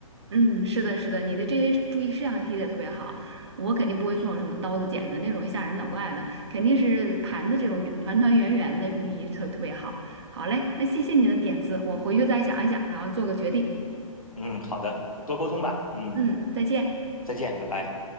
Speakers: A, on the right; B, on the left.
A: 嗯，是的，是的，你的这些注意事项提的特别好。我肯定不会送有什么刀子、剪子那种吓人脑怪的，肯定是盘子这种团团圆圆的，寓意特特别好。好嘞，那谢谢你的点子，我回去再想一想，然后做个决定。
B: 嗯，好的，多沟通吧。嗯，
A: 嗯，再见。
B: 再见，拜拜。